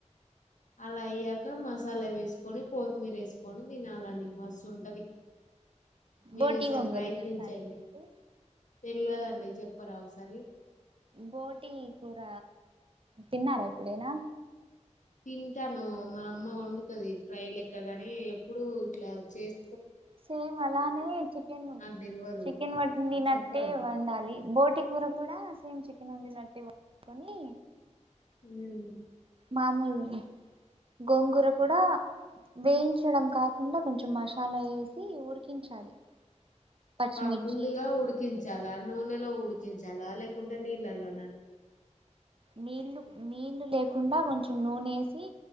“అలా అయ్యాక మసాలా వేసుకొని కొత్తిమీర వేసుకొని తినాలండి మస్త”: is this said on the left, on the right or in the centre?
Left